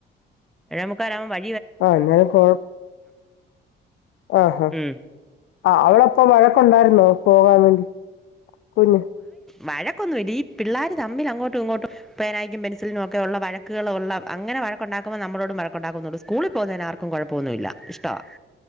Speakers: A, in the centre; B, on the left.
A: രമുക്കാരമ വ
B: ആഹ ഞാൻ കൊഴ ആഹഹാ
A: ഉം
B: ആ് അവവിടെപ്പ മഴക്കുണ്ടായിരുന്നോ പോകാൻ വേണ്ടി കുഞ്ഞ്
A: വഴക്കൊന്നും വല്ല ഈ പിള്ളോര് തമ്മിൽ അങ്ങോട്ട് ഇങ്ങോട്ടും പനക്കും പെസിലിനും ഒക്കെള്ള വഴക്കുകളൾള്ള അങ്ങനെ വഴക്കണ്ടാക്കുമ്പോ നമ്മളോടും വഴക്കുണ്ടാക്കുന്നുണ്ട് സ്കൂളിൽ അപ്പോൾ ആർക്കും കുഴപ്പമൊന്നുമില്ല ഇഷ്ടമാണ്